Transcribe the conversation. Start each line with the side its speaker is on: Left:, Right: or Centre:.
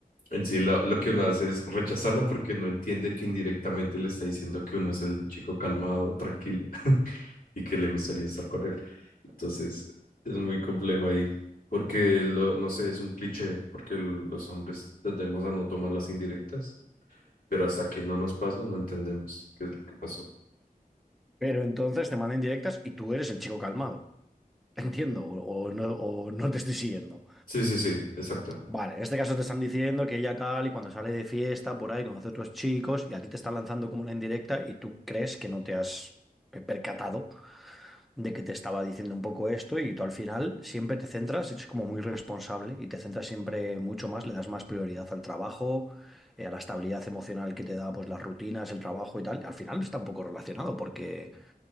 Left: en sí lo, lo que uno hace es rechazarla porque no entiende que indirectamente le está diciendo que uno es el chico calmado, tranquilo <laughs> y que le gustaría estar con él. Entonces, es muy complejo ahí. Porque, lo, no sé, es un cliché, porque el- los hombres tendemos a no tomar las indirectas, pero hasta que no nos pasa, no entendemos qué es lo que pasó.
Centre: Pero entonces te mandan directas y tú eres el chico calmado. Entiendo, o, o no, o no te estoy siguiendo.
Left: Sí, sí, sí, exacto.
Centre: Vale, en este caso te están diciendo que ella tal y cuando sale de fiesta por ahí conoce a otros chicos y a ti te están lanzando como una indirecta y tú crees que no te has eh, percatado de que te estaba diciendo un poco esto y tú al final siempre te centras, eres como muy responsable y te centras siempre mucho más, le das más prioridad al trabajo, eh, a la estabilidad emocional que te da pues las rutinas, el trabajo y tal. Al final está un poco relacionado porque